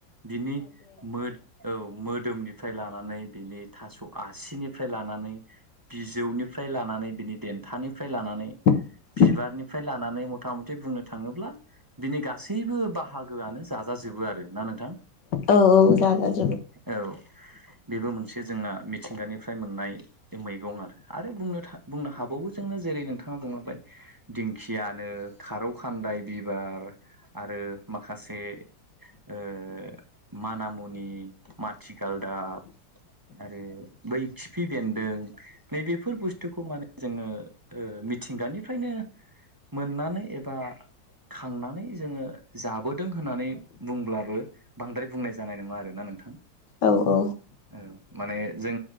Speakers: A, on the right; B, on the left.
A: बिनि मोद औ मोदोमनिफ्राय लानानै बिनि थास' आसिनि फ्राय लानानै बिजौनिफ्राय लानानै बिनि देन्थानिफ्राय लानानै
B: <inaudible>
A: बिबारनिफ्राय लानानै मथा मथि बुंनो थाङोब्ला बिनि गासैबो बाहागोआनो जाजाजोबो बो आरो ना नोंथां?
B: औ औ जागोन।
A: औ बेबो मोनसे जोंना मि थिंगानिफ्राय मोननाय मैगं आरो आरो बुंनोथा बुंनो हाबावो जोंनो जेरै नों नोंथाङा बुंलाबाय दिंखियानो खारौ खान्दाय बिबार आरो माखासे से ओ मानामुनि माथिगालदाब आरो बै खि खिफि बेन्दों नै बेेफोर बुस्थुखौ माने जोङो ओ बेनिफ्रायनो मोननानै एबा खांनानै जोङो जाबोदों होननानै बुंब्लाबो बांद्राय बुंनाय जानाय नङा आरोना नोंथां
B: औ औ
A: औ माने जों